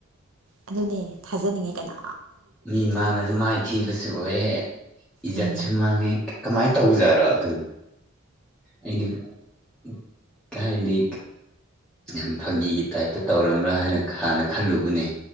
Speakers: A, on the right; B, in the centre.
A: ꯑꯗꯨꯅꯦ ꯊꯥꯖꯅꯤꯡꯉꯥꯏ ꯀꯅꯥ
B: ꯃꯤ ꯃꯥꯡꯉꯁꯨ ꯃꯥꯏꯊꯤꯕꯁꯨ ꯑꯣꯏꯑꯦ ꯏꯖꯠꯁꯨ
A: ꯎꯝ
B: ꯃꯥꯡꯉꯦ ꯀꯃꯥꯏꯅ ꯇꯧꯖꯥꯔꯣ ꯑꯗꯨꯗꯣ ꯑꯩꯗꯤ <unintelligible> ꯀꯥꯏꯗꯤ ꯌꯥꯝ ꯐꯥꯒꯤꯒꯤ ꯇꯥꯏꯞꯇ ꯇꯧꯔꯝꯕ꯭ꯔꯥ ꯍꯥꯏꯅ ꯍꯥꯟꯅ ꯈꯜꯂꯨꯕꯅꯦ